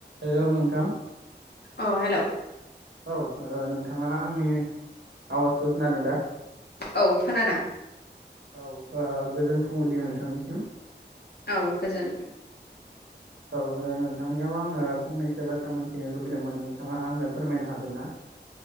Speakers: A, on the right; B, on the left.
A: हेल नोंथां
B: औ हेल
A: औ ओ नोंथाङा आंनि आवाजखो खोनादों दा
B: औ खोनादों
A: औ ओ गोजोन फुंबिलि नोंथांनिसिम
B: औ गोजोन
A: औ नोंथांनियाव आङो फंनैसो बाथ्रा मोन्थिनो लुगैदोंमोन नोंथाङा आंनो फोरमायनो हागोन ना <inaudible>